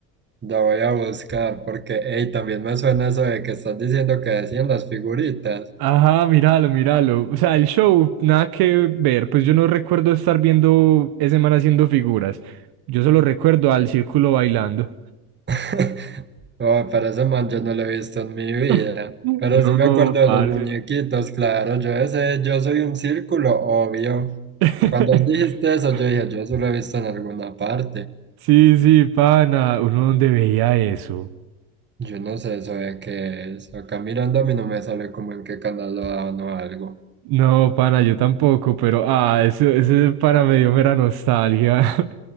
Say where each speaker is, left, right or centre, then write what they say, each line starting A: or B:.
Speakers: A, on the right; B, on the right.
A: Lo voy a buscar porque, ey, también me suena eso de que estás diciendo que decían las figuritas.
B: Ajá, míralo, míralo. O sea, el show, nada que ver, pues yo no recuerdo estar viendo ese man haciendo figuras. Yo solo recuerdo al círculo bailando.
A: <laughs> Oh, pero ese man yo no lo he visto en mi
B: <laughs>
A: vida. Pero sí me
B: No,
A: acuerdo de
B: parce.
A: los muñequitos, claro, yo ese, yo soy un círculo, obvio.
B: <laughs>
A: Cuando dijiste eso, yo dije, yo eso lo he visto en alguna parte.
B: Sí, sí, pana. ¿Uno dónde veía eso?
A: Yo no sé eso de qué es. Acá mirando a mí no me sale como en qué canal lo daban o algo.
B: No, pana, yo tampoco, pero ah, eso, eso para me dio mera nostalgia. <laughs>